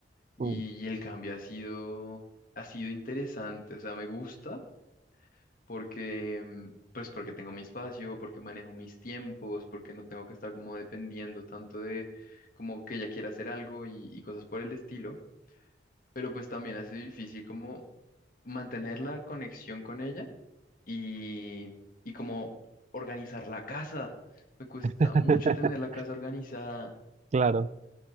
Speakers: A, on the left; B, on the right.
A: y,
B: Mm.
A: y el cambio ha sido, ha sido interesante, o sea, me gusta porque, mm, pues porque tengo mi espacio, porque manejo mis tiempos, porque no tengo que estar como dependiendo tanto de como que ella quiera hacer algo y, y cosas por el estilo, pero pues también hace difícil como mantener la conexión con ella y, y como organizar la casa. Me cuesta
B: <laughs>
A: mucho tener la casa organizada.
B: Claro.